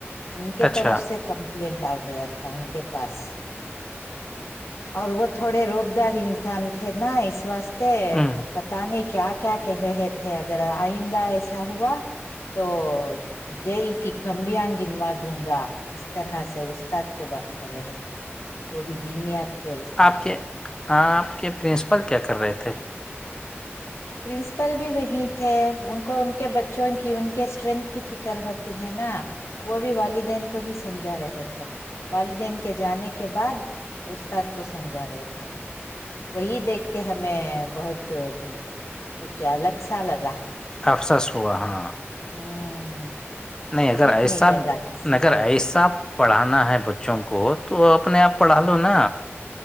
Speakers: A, on the left; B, on the left.
A: ان کے
B: اچھا
A: طرف سے کم پلینٹ آ گیا تھا ان کے پاس اور وہ تھوڑے روب دار انسان تھے نا اس واسطے
B: ہ
A: پتا نہیں کیا کیا کہہ رہے تھے اگر آئندہ ایسا ہوا تو جیل کی کمبیاں گنوا دوں گا اس طرح سے استاد کو بات کر رہے تھے وہ بھی دینیات کے استاد
B: آپ کے
A: کو
B: آپ کے پرنسپل کیا کر رہے تھے
A: پرنسپل بھی وہیں تھے ان کو ان کے بچوں کی ان کے اسٹرینتھ کی فکر ہوتی ہے نا وہ بھی والدین کو ہی سمجھا رہے تھے والدین کے جانے کے بعد استاد کو سمجھا رہے تھے وہی دیکھ کے ہمیں بہت کچھ الگ سا لگا
B: افسس ہوا ہاں
A: ہوں
B: نہیں اگر
A: ٹھیک
B: ایسا
A: نہیں لگا کسی
B: ناگر
A: کو بھی
B: ایسا پڑھانا ہے بچوں کو تو اپنے آپ پڑھا لو نا